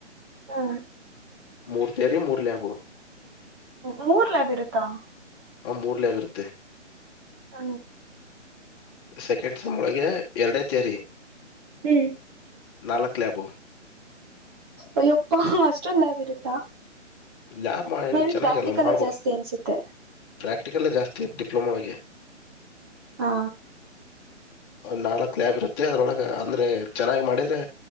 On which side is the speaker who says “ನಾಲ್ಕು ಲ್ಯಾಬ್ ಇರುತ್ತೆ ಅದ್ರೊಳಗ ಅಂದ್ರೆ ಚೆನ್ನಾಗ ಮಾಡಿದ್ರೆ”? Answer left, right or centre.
Left